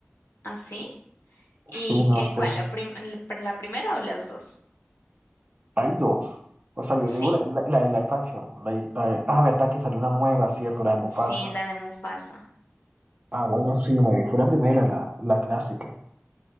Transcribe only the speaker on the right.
Sí, no
sé.
Hay dos. O sea, yo
digo la, la- la de live action. La, la de- ah, verdad que salió una nueva, ¿cierto? La de Mufasa.
Ah, bueno, sí, yo me vi. Fue la primera, la, la clásica.